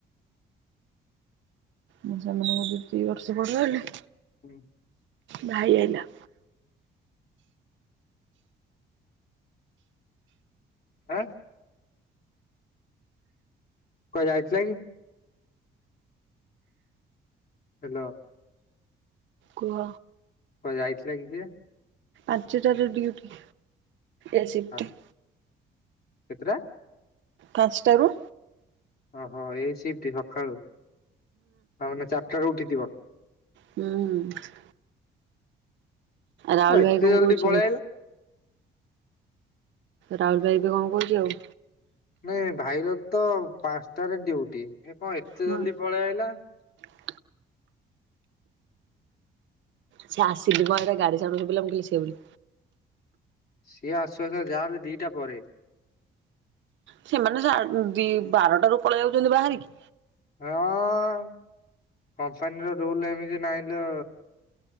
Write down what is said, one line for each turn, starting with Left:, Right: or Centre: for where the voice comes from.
Right: ମୁଁ ସେମାନଙ୍କଠୁ ଦି ବର୍ଷ ପଡ ହେଲେ
Left: ହୁଁ।
Right: ଭାଇ ଆଇଲା।
Left: ଆଁ କୁଆଡେ ଯାଇଥିଲା କି? ହ୍ୟାଲୋ,
Right: କୁହ।
Left: କୁଆଡ଼େ ଯାଇଥିଲା କି ସିଏ?
Right: ଆଜି ତାର ଡ୍ୟୁଟି ଏ ସିଫ୍ଟ୍।
Left: ଆଉ କେତେଟା?
Right: ପାଞ୍ଚଟା <unintelligible>
Left: ଓହୋ ଏ ସିପ୍ଟି ସକାଳୁ ତା ମାନେ ଚାରିଟା ରୁ ଉଠିଥିବ।
Right: ହୁଁ ହୁଁ। ରାହୁଲ
Left: କଣ ଏତେ
Right: ଭାଇ
Left: ଜଲଦି
Right: କହୁଛି
Left: ପଳେଇ
Right: ଏବେ?
Left: ଆଇଲ?
Right: ରାଉଲ ଭାଇ ଏବେ କଣ କରୁଚି ଆଉ?
Left: ନାଇଁ ଭାଇ ର ତ ପାଞ୍ଚଟାରେ ଡ୍ୟୁଟି ଏ କଣ ଏତେ
Right: ହୁଁ
Left: ଜଲଦି ପଳେଇ ଆଇଲା?
Right: <inaudible> ସେ ଆସିନି ମ ଏଇଟା ଗାଡ଼ି ସାଉଣ୍ଡୁ ଶୁଭିଲା ମୁଁ କହିଲି ସିଏ ବୋଲି।
Left: ସିଏ ଆସୁ ଆସୁ ଯାହେଲେ ଦିଟା ପରେ।
Right: ସେମାନେ <unintelligible> ବାରଟାରୁ ପଳେଇ ଆଉଛନ୍ତି ବାହାରିକି।
Left: ହଁ କମ୍ପାନୀର ରୁଲ୍ ଏମିତି ନାହିଁଲୋ।